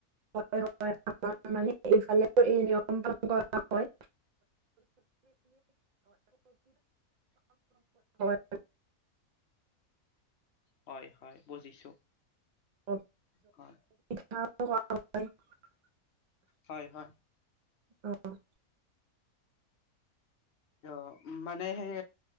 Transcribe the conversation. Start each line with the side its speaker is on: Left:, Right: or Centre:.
Right: হয়- হয়, আমাৰ মানে এইফালে এই নিয়ম পালন কৰা হয়। <unintelligible> <inaudible>
Left: হয় - হয়, বুজিছো
Right: অ,
Left: হয়।
Right: <unintelligible>
Left: হয় - হয়।
Right: অ',
Left: অ, মানে সেই